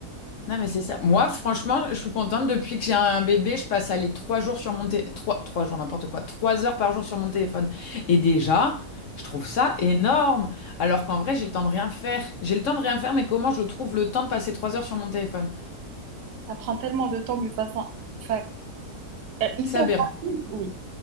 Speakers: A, on the left; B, on the right.
A: Non, mais c'est ça. Moi, franchement, je suis contente. Depuis que j'ai un bébé, je passe à les trois jours sur mon téléphone. Trois, trois jours, n'importe quoi. Trois heures par jour sur mon téléphone. Et déjà, je trouve ça énorme. Alors qu'en vrai, j'ai le temps de rien faire. J'ai le temps de rien faire, mais comment je trouve le temps de passer trois heures sur mon téléphone?
B: Ça prend tellement de temps de façon, enfin, Euh, hyper
A: C'est aberrant.
B: rapide, oui,